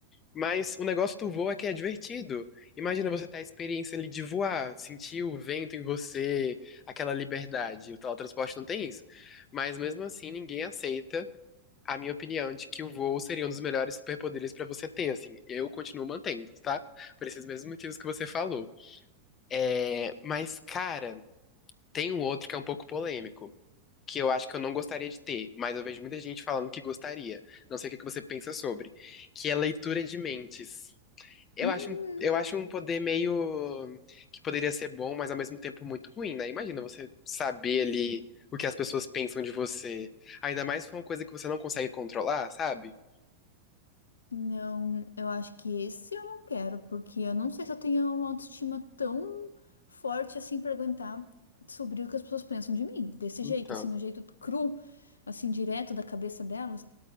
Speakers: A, on the left; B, on the left.
A: Mas o negócio do voo é que é divertido. Imagina você ter a experiência ali de voar, sentir o vento em você, aquela liberdade. O teletransporte não tem isso. Mas mesmo assim, ninguém aceita a minha opinião de que o voo seria um dos melhores superpoderes pra você ter, assim. Eu continuo mantendo, tá? Por esses mesmos motivos que você falou. É, mas, cara, tem um outro que é um pouco polêmico, que eu acho que eu não gostaria de ter, mas eu vejo muita gente falando que gostaria. Não sei o que que você pensa sobre, que é leitura de mentes. Eu
B: Hum,
A: acho, um- eu acho um poder meio que poderia ser bom, mas ao mesmo tempo muito ruim, né? Imagina você saber ali o que as pessoas pensam de você, ainda mais com uma coisa que você não consegue controlar, sabe?
B: não, eu acho que esse eu não quero, porque eu não sei se eu tenho uma autoestima tão forte assim pra aguentar sobre o que as pessoas pensam de mim. Desse
A: Então,
B: jeito, assim, no jeito cru, assim, direto da cabeça delas.